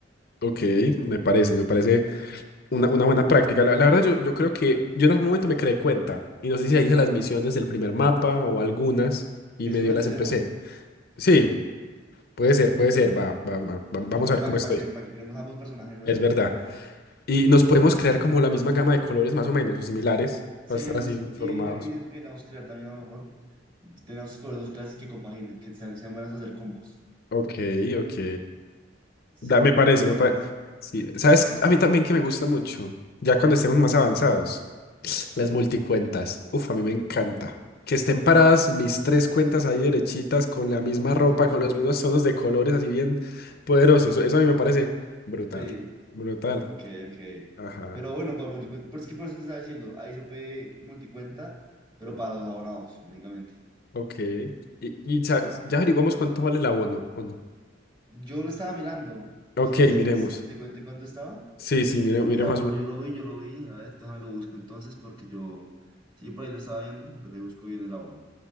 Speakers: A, on the left; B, on the right.
A: ok. Me parece, me parece una, una buena práctica. La, la verdad, yo, yo creo que yo en algún momento me creé cuenta. Y no sé si la hice las misiones del primer mapa o algunas. Y
B: Que
A: medio
B: si uno es
A: las
B: de
A: empecé.
B: cero,
A: Sí, puede
B: sí,
A: ser,
B: sí.
A: puede ser. Va, va, va, va- Vamos
B: Para
A: a
B: que,
A: ver
B: para
A: cómo
B: que,
A: estoy.
B: para que, para que creemos ambos personajes nuevos.
A: Es verdad. Y nos podemos crear como la misma gama de colores más o menos, o similares,
B: Sí,
A: para estar
B: me gusta.
A: así uniformados.
B: Y, y, y siento que tenemos que crear también a lo mejor, tenemos que coger dos clases que compaginen, que sean, sean buenas para hacer combos.
A: Ok, ok.
B: Sí,
A: Da- me parece,
B: ¿no
A: me
B: le
A: parece.
B: parece?
A: Sí, ¿sabes? qué? A mí también que me gusta mucho, ya cuando estemos más avanzados,
B: Que...
A: las multicuentas. Uf, a mí me encanta. Que estén paradas mis tres cuentas ahí derechitas, con la misma
B: <laughs>
A: ropa, con los mismos tonos de colores, así bien poderoso. Eso, eso a mí me parece brutal,
B: Sí.
A: brutal.
B: Ok, ok.
A: Ajá,
B: Pero bueno, para multicuenta, pero es que por eso te estaba diciendo, ahí se puede multicuenta, pero para los abonados únicamente.
A: ok. Y, y ya, ya averiguamos cuánto vale el abono, ¿o no?
B: Yo lo estaba mirando.
A: Ok,
B: ¿Quieres,
A: miremos.
B: quieres que te cuente cuánto estaba?
A: Sí, sí, mire, mire
B: El abono
A: más o
B: yo lo vi, yo lo vi. A ver, déjame lo busco entonces porque yo, si yo por ahí lo estaba viendo, pero te busco bien el abono.